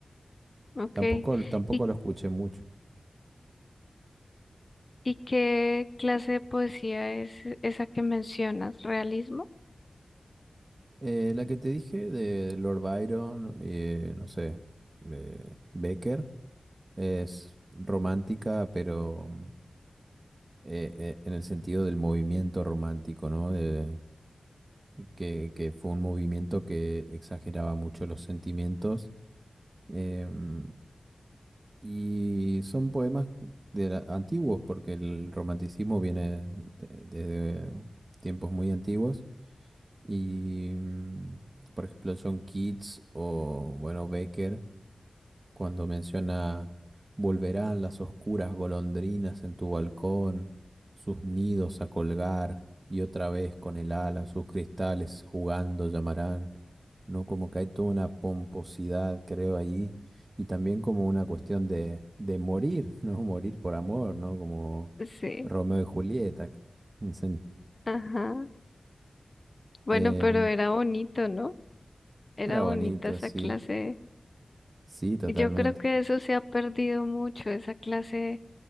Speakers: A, on the left (about 40°); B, on the right (about 40°).
A: Ok.
B: Tampoco, tampoco
A: ¿Y
B: lo escuché mucho.
A: ¿Y qué clase de poesía es esa que mencionas? ¿Realismo?
B: Eh, la que te dije de Lord Byron, eh, no sé, eh, Becker, es romántica, pero eh, eh, en el sentido del movimiento romántico, ¿no? De- que, que fue un movimiento que exageraba mucho los sentimientos. em, y son poemas de la- antiguos, porque el romanticismo viene de- desde tiempos muy antiguos. Y, mm, por ejemplo, John Keats o, bueno, Becker, cuando menciona, volverán las oscuras golondrinas en tu balcón, sus nidos a colgar, y otra vez con el ala sus cristales jugando llamarán, ¿no? Como que hay toda una pomposidad, creo, ahí y también como una cuestión de, de morir, <laughs> ¿no? Morir por amor, ¿no? Como
A: Sí,
B: Romeo y Julieta. <laughs> Sen-
A: ajá. Bueno,
B: eh,
A: pero era bonito, ¿no? Era
B: era
A: bonita
B: bonito,
A: esa
B: sí.
A: clase.
B: Sí, totalmente.
A: Y yo creo que eso se ha perdido mucho, esa clase